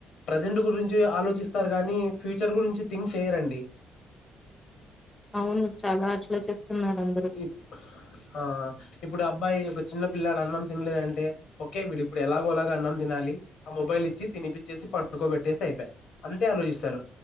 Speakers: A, on the left; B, on the left.
A: ప్రజెంట్ గురించి ఆలోచిస్త స్తారు గానీ ఫ్యూచర్ గురించి థింక్ చేయరండి
B: అవును చాలా చేస్తున్నారు అందరూ
A: ఇప్ ఆ ఇపుడు ఆ అబ్బాయి ఒక చిన్న పిల్లాడు అన్నం తినలేదంటే ఓకే వీడు ఇప్పుడు ఎలాగోలాగ అన్నం తినాలి ఆ మొబైల్ ఇచ్చి తినిపిచ్చేసి పండుకోబెట్టేసి అయిపాయ్ అంతే ఆలోచిస్తారు